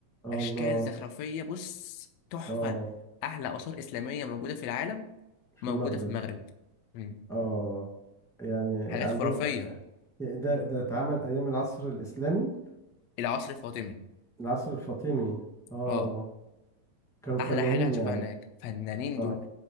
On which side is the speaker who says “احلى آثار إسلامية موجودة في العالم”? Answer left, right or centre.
Left